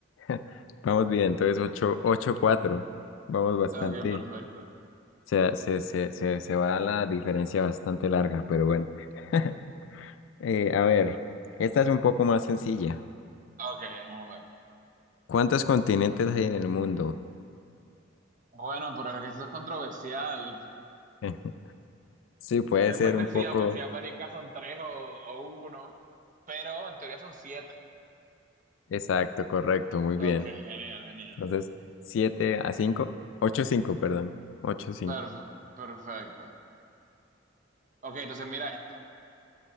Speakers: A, on the left; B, on the right.
A: <laughs> Vamos bien, entonces ocho, ocho cuatro, Vamos bastante.
B: Ok, perfecto.
A: Se, se, se, se, se va la diferencia bastante larga, pero bueno. <laughs> Eh, a ver, esta es un poco más sencilla.
B: Ok, vamos a ver.
A: ¿Cuántos continentes hay en el mundo?
B: Bueno, pero es que esto es controversial.
A: <laughs> Sí, puede
B: Depende
A: ser un
B: si,
A: poco.
B: Am- si América son tres o, o uno, pero en teoría son siete.
A: Exacto, correcto, muy
B: Ok,
A: bien.
B: genial, genial.
A: Entonces, 7 a 5, 8 cinco, perdón. 8 cinco.
B: Perf- perfecto. Ok, entonces mira esta.